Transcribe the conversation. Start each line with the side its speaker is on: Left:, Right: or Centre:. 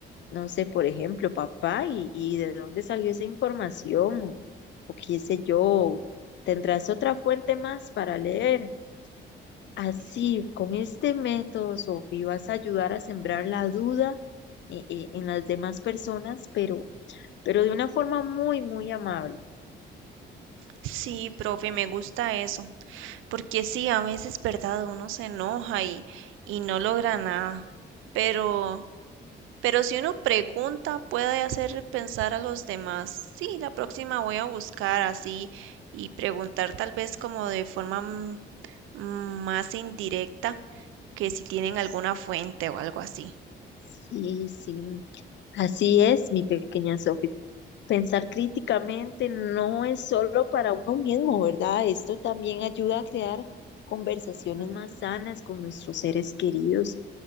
Left: no sé, por ejemplo, papá, y, y de dónde salió esa información, o, o qué sé yo, tendrás otra fuente más para leer. Así,
Right: Sí.
Left: con este método, Sofi, vas a ayudar a sembrar la duda eh, eh, en las demás personas, pero, pero de una forma muy, muy amable.
Right: Sí, profe, me gusta eso, porque sí, a veces, ¿verdad? Uno se enoja y, y no logra nada, pero... Pero si uno pregunta, puede hacer pensar a los demás. Sí, la próxima voy a buscar así y preguntar tal vez como de forma mm, más indirecta que si tienen alguna fuente o algo así.
Left: Sí, sí, así es, mi pequeña Sofi. Pensar críticamente no es solo para uno mismo, ¿verdad? Esto también ayuda a crear conversaciones
Right: Mm,
Left: más sanas con nuestros seres queridos.